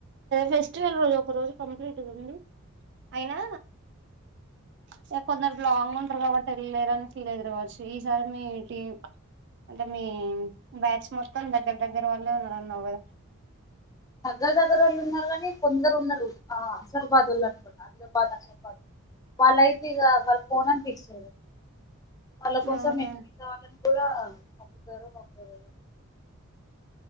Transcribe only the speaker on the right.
ఫెస్టివల్ రోజు ఒక రోజు కంప్లీట్గా ఉండి అయినా సరే కొందరు లాంగ్ ఉంటారు కాబట్టి వెళ్ళలేరని ఫీల్ అయితరు కావచ్చు ఈసారి మీటి అంటే మీ బ్యాచ్ మొత్తం దగ్గర దగ్గర వాళ్లే ఉన్నారు అన్నావ్ కదా
అవునా